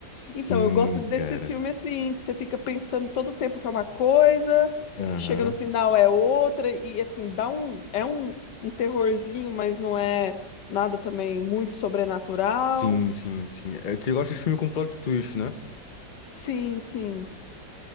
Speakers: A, on the left; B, on the left.
A: Sim,
B: Então, eu gosto desses
A: cara.
B: filmes assim, que você fica pensando todo o tempo que é uma coisa,
A: Aham.
B: chega no final é outra, e assim, dá um. É um, um terrorzinho, mas não é nada também muito sobrenatural.
A: Sim, sim, sim. É, Você gosta de filme com plot twist, né?
B: Sim, sim.